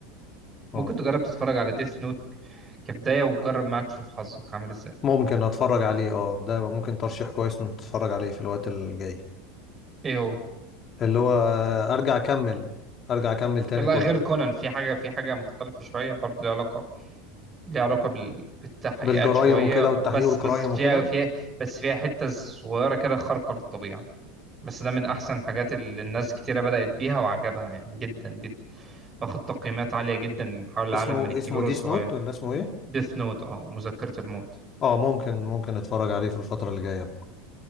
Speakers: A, on the left; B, on the right.
A: اه
B: ممكن تجرب تتفرج على ديث نوت كبداية وجرب معاه تشوف حظك عامل إزاي
A: ممكن أتفرج عليه اه ده يبقى ممكن ترشيح كويس نتفرج عليه في الوقت الجاي
B: إيه هو
A: اللي هو ارجع اكمل ارجع اكمل تاني
B: لا
A: كونان
B: غير كونان في حاجة في حاجة مختلفة شوية برضه ليها علاقة ليها علاقة بال... بالتحقيقات
A: بالجرايم
B: شوية
A: وكده
B: وبس
A: والتحقيق والجرايم
B: بس فيها
A: وكده
B: فيها بس فيها حتة صغيرة كده خارقة للطبيعة بس ده من احسن الحاجات اللي الناس كتيرة بدأت بيها وعجبها يعني جدا جدا واخد تقييمات عالية جدا من حول العالم
A: اسمه
B: من الكبير
A: اسمه
B: والصغير
A: ديس نوت ولا اسمه ايه
B: ديث نوت اه مذكرة الموت
A: اه ممكن ممكن نتفرج عليه في الفترة اللي جاية بقى